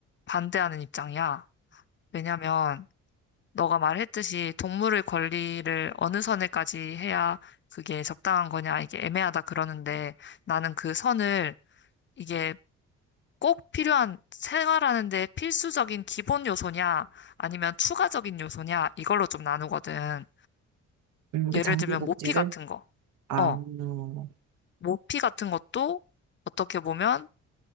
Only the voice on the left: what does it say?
반대하는 입장이야. 왜냐면 너가 말했듯이 동물의 권리를 어느 선에까지 해야 그게 적당한 거냐, 이게 애매하다 그러는데 나는 그 선을 이게 꼭 필요한 생활하는데 필수적인 기본 요소냐, 아니면 추가적인 요소냐, 이걸로 좀 나누거든.
예를
들면
모피 같은 거.
어,
모피 같은 것도 어떻게 보면